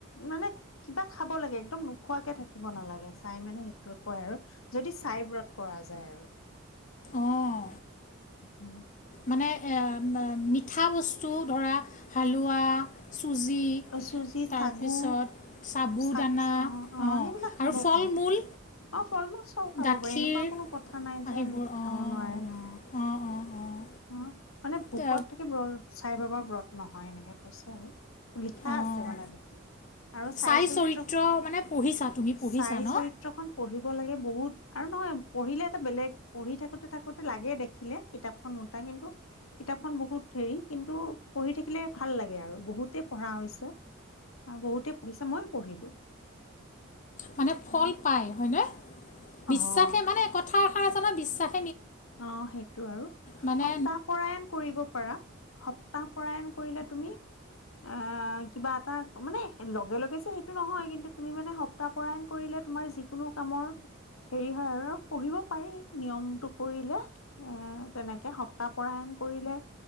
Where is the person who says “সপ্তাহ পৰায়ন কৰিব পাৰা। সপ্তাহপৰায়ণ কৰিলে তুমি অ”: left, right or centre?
Left